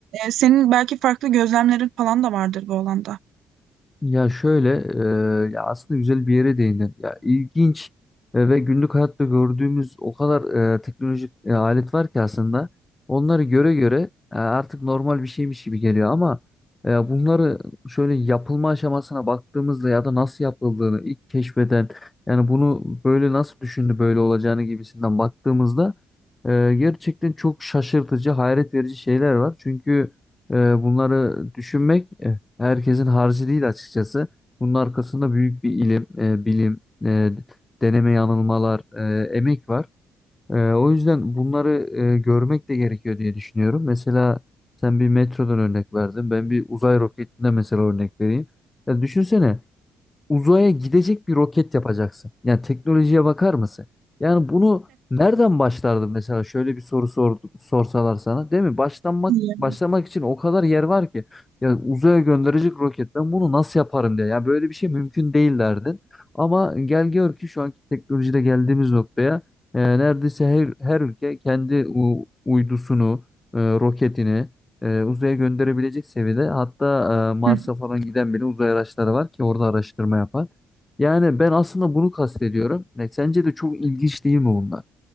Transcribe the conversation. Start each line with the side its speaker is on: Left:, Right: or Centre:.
Right: E, senin belki farklı gözlemlerin falan da vardır bu alanda.
Left: Ya şöyle, e, ya aslında güzel bir yere değindin. Ya ilginç e, ve günlük hayatta gördüğümüz o kadar e, teknolojik e, alet var ki aslında. Onları göre göre e, artık normal bir şeymiş gibi geliyor ama e, bunları şöyle yapılma aşamasına baktığımızda ya da nasıl yapıldığını ilk keşfeden yani bunu böyle nasıl düşündü böyle olacağını gibisinden baktığımızda e, gerçekten çok şaşırtıcı, hayret verici şeyler var. Çünkü e, bunları düşünmek herkesin harcı değil açıkçası. Bunun arkasında büyük bir ilim, e, bilim, e, deneme yanılmalar, e, emek var. E, o yüzden bunları e, görmek de gerekiyor diye düşünüyorum. Mesela sen bir metrodan örnek verdin. Ben bir uzay roketinden mesela örnek vereyim. Ya düşünsene uzaya gidecek bir roket yapacaksın. Yani teknolojiye bakar mısın? Yani bunu nereden başlardın mesela şöyle bir soru sor, sorsalar sana değil mi? Başlanmak
Right: İyi.
Left: başlamak için o kadar yer var ki. Yani uzaya gönderecek roket ben bunu nasıl yaparım diye. Yani böyle bir şey mümkün değil derdin. Ama gel gör ki şu anki teknolojide geldiğimiz noktaya e, neredeyse her, her ülke kendi u- uydusunu, e, roketini e, uzaya gönderebilecek seviyede hatta e, Mars'a
Right: Hı.
Left: falan giden bile uzay araçları var ki orada araştırma yapan. Yani ben aslında bunu kastediyorum. E, sence de çok ilginç değil mi bunlar?